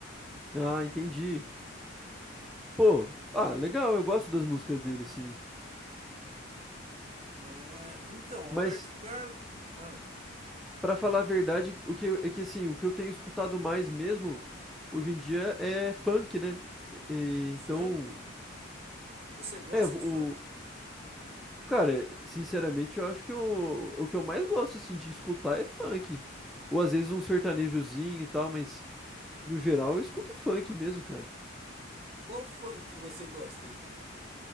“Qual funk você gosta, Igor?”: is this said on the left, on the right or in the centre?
Right